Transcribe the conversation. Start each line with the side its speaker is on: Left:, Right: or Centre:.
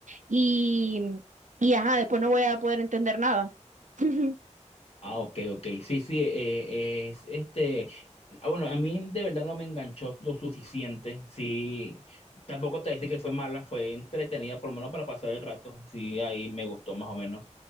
Right: Y, y ajá, después no voy a poder entender nada. <laughs>
Left: Ah, ok, ok. Sí, sí, eh, es este. ah, Bueno, a mí de verdad no me enganchó lo suficiente. Sí, tampoco te dice que fue mala, fue entretenida, por lo menos para pasar el rato. Sí, ahí me gustó más o menos.